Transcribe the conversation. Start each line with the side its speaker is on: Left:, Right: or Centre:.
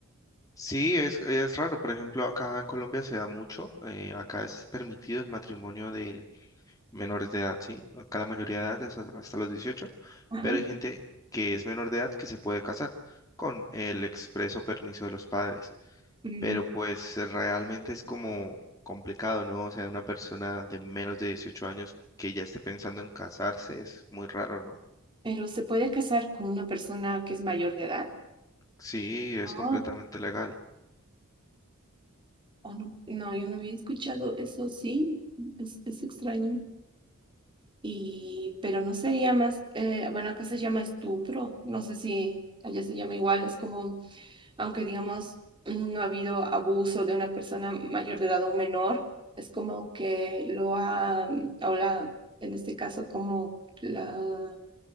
Left: Sí, es, es raro. Por ejemplo, acá en Colombia se da mucho. eh, acá es permitido el matrimonio de Menores de edad, sí. Acá la mayoría de edad es hasta hasta los 18,
Right: Ajá.
Left: pero hay gente que es menor de edad que se puede casar con el expreso permiso de los padres.
Right: Mm,
Left: Pero pues realmente es como complicado, ¿no? O sea, una persona de menos de 18 años que ya esté pensando en casarse es muy raro, ¿no?
Right: Pero se puede casar con una persona que es mayor de edad.
Left: Sí, es
Right: Ah,
Left: completamente legal.
Right: ¿O no? No, yo no había escuchado eso, sí, es, es extraño. Y, pero no sería más, eh, bueno, acá se llama estupro, no sé si allá se llama igual, es como aunque digamos mm, no ha habido abuso de una persona mayor de edad o un menor, es como que lo ha, o la, en este caso, como la,